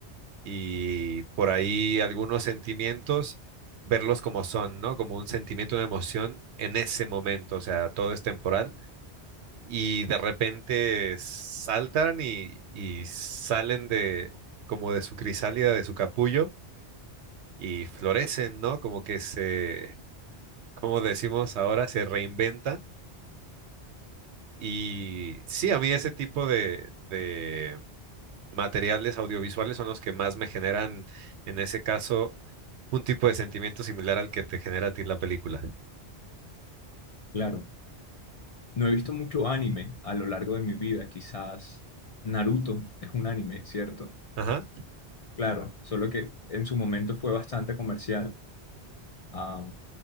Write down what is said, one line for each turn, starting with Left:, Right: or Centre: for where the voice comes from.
Right: y por ahí algunos sentimientos, verlos como son, ¿no? Como un sentimiento, una emoción en ese momento, o sea, todo es temporal y de repente saltan y, y salen de como de su crisálida, de su capullo y florecen, ¿no? Como que se, como decimos ahora, se reinventan. Y sí, a mí ese tipo de, de materiales audiovisuales son los que más me generan, en ese caso, un tipo de sentimiento similar al que te genera a ti la película.
Left: Claro. No he visto mucho anime a lo largo de mi vida, quizás Naruto es un anime, ¿cierto?
Right: Ajá.
Left: Claro, solo que en su momento fue bastante comercial. Ah,